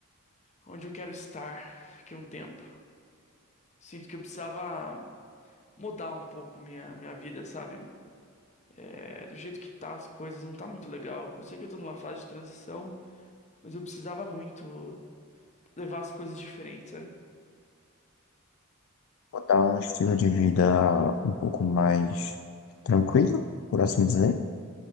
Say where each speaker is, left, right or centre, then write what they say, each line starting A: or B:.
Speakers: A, on the left; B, on the left.
A: onde eu quero estar daqui a um tempo. Sinto que eu precisava mudar um pouco minha, minha vida, sabe? É, do jeito que tá as coisas, não tá muito legal. Eu sei que eu tô numa fase de transição, mas eu precisava muito levar as coisas diferentes,
B: Vou dar um estilo de vida um pouco mais tranquilo, por assim dizer.